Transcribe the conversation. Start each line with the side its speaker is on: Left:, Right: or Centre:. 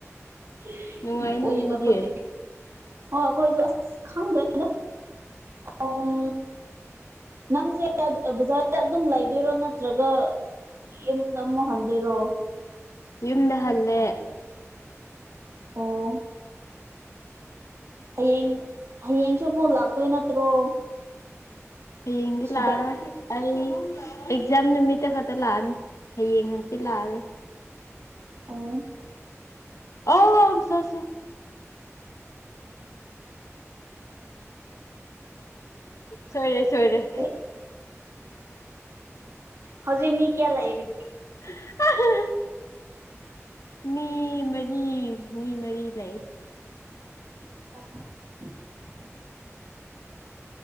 Right: ꯍ <unintelligible>
Left: ꯅꯨꯡꯉꯥꯏꯅꯤ ꯅꯣꯏꯗꯤ
Right: ꯑꯩꯈꯣꯏꯁꯨ ꯑꯁ ꯈꯪꯗꯦꯗ ꯑꯣꯝ ꯅꯪꯖꯦ ꯕꯖꯥꯔꯗ ꯑꯗꯨꯝ ꯂꯩꯗꯣꯏꯔꯣ ꯅꯠ ꯖꯒꯥ ꯌꯨꯝꯗ ꯑꯃꯨꯛ ꯍꯟꯗꯣꯏꯔꯣ
Left: ꯌꯨꯝꯗ ꯍꯜꯂꯦ
Right: ꯑꯣ ꯍꯌꯦꯡ ꯍꯌꯦꯡꯁꯨ ꯑꯃꯨꯛ ꯂꯥꯛꯇꯣꯏ ꯅꯠꯇ꯭ꯔꯣ
Left: ꯍꯌꯦꯡꯗꯤ
Right: ꯁꯤꯗ
Left: ꯂꯥꯛꯑꯔꯣꯏ ꯑꯩ ꯑꯦꯛꯖꯥꯝ ꯅꯨꯃꯤꯠꯇ ꯈꯛꯇ ꯂꯥꯛꯑꯅꯤ ꯍꯌꯦꯡ ꯍꯟꯆꯤꯠ ꯂꯥꯛꯑꯒ
Right: ꯑꯣ
Left: ꯑꯣꯝ ꯁꯨ ꯁꯨ ꯁꯣꯏꯔꯦ ꯁꯣꯏꯔꯦ
Right: <inaudible> ꯍꯧꯖꯤꯛ ꯃꯤ ꯀꯌꯥ ꯂꯩꯔꯤ
Left: <inaudible> ꯃꯤ ꯃꯔꯤ ꯃꯤ ꯃꯔꯤ ꯂꯩ
Right: ꯑꯣ